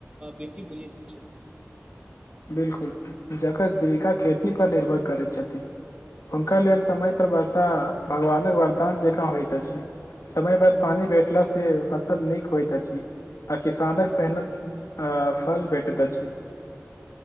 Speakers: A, on the right; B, on the left.
A: बेसी बुझैत छथि।
B: 'बिलकुल'! जेकर जीविका खेती पर निर्भर करैत छथि। हुनका लेल समयपर वर्षा भगवानक वरदान जेकाँ होइत अछि। समय पर पानी भेटला से, फसल नीक होइत अछि, आ किसानक मेहनत आ फल भेटत अछि।